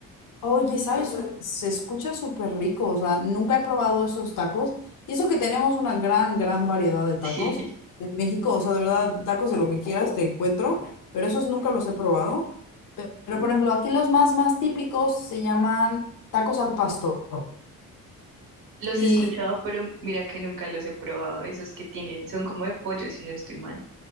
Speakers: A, on the left (about 65°); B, on the right (about 75°).
A: Oye, ¿sabes? Se escucha súper rico, o sea, nunca he probado esos tacos. Y eso que tenemos una gran, gran variedad de tacos
B: Sí.
A: en México, o sea, de verdad, tacos de lo que quieras te encuentro, pero esos nunca los he probado. Pero por ejemplo, aquí los más, más típicos se llaman tacos al pastor.
B: Los
A: Y
B: he escuchado, pero mira que nunca los he probado, esos que tienen, son como de pollo si no estoy mal.